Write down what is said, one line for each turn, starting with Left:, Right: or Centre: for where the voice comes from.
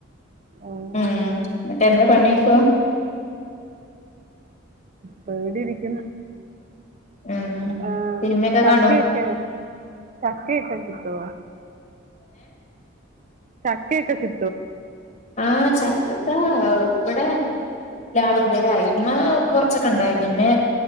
Right: ആഹ്
Left: ഉം ഇന്ന്ട്ട് എന്താ പണിയിപ്പൊ?
Right: ഇപ്പൊ ഇവിടെയിരിക്ക്ന്ന്
Left: ഉം
Right: ഏഹ്
Left: സിനിമയൊക്കെ
Right: ചക്കയെക്കെ
Left: കാണോ
Right: ചക്കയെക്കെ കിട്ടുവോ? ചക്കയെക്കെ കി
Left: ആഹ് ചക്ക ഇവടെ പ്ലാവ്ണ്ട് അയ്മെ കൊറച്ചൊക്കെ ഇണ്ടായി പിന്നെ